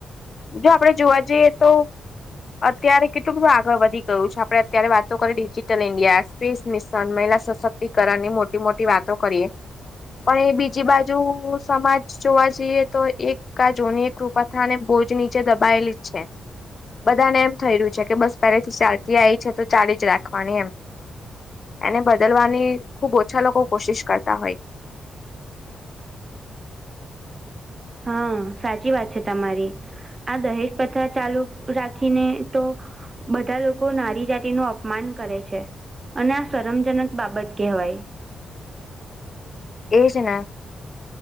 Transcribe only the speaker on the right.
હા, સાચી વાત છે તમારી. આ દહેજ પથા ચાલુ રાખીને તો. બધા લોકો નારી જાતિ નું અપમાન કરે છે. અને આ શરમજનક બાબત કહેવાય.